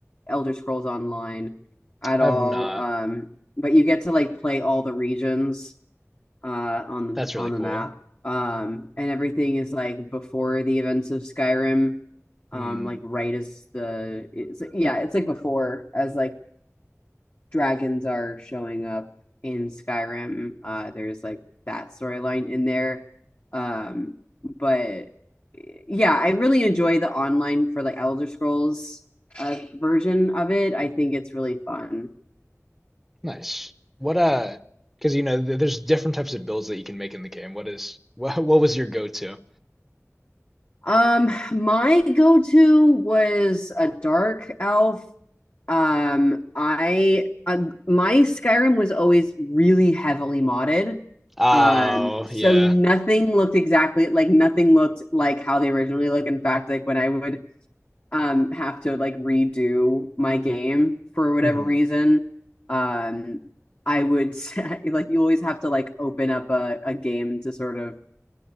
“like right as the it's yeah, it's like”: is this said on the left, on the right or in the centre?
Left